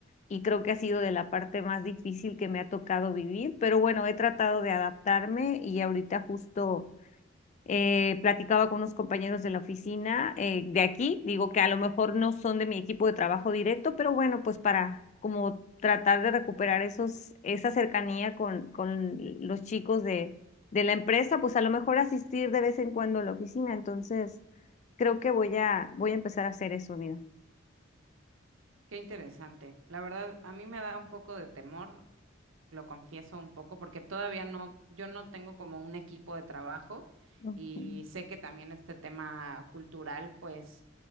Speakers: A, on the left; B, on the right.
A: y creo que ha sido de la parte más difícil que me ha tocado vivir, pero bueno, he tratado de adaptarme y ahorita justo eh, platicaba con unos compañeros de la oficina eh, de aquí, digo que a lo mejor no son de mi equipo de trabajo directo, pero bueno, pues para como tratar de recuperar esos, esa cercanía con, con los chicos de, de la empresa, pues a lo mejor asistir de vez en cuando a la oficina. Entonces, creo que voy a, voy a empezar a hacer eso, mira.
B: Qué interesante. La verdad, a mí me da un poco de temor, lo confieso un poco, porque todavía no, yo no tengo como un equipo de trabajo
A: Ujú,
B: y sé que también este tema cultural, pues